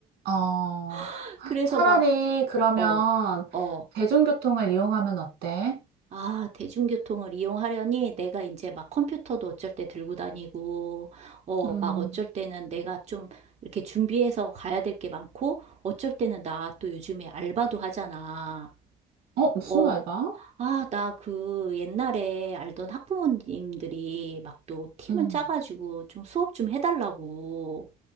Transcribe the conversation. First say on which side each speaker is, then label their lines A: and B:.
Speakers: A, on the right; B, on the right.
A: 어,
B: <laughs> 그래서
A: 차라리
B: 막,
A: 그러면
B: 어, 어,
A: 대중교통을 이용하면 어때?
B: 아, 대중교통을 이용하려니 내가 이제 막 컴퓨터도 어쩔 때 들고 다니고, 어,
A: 음,
B: 막 어쩔 때는 내가 좀 이렇게 준비해서 가야 될 게 많고, 어쩔 때는 나 또 요즘에 알바도 하잖아.
A: 어, 무슨
B: 어.
A: 알바?
B: 아, 나 그 옛날에 알던 학부모님들이 막 또 팀을
A: 음,
B: 짜가지고 좀 수업 좀 해달라고.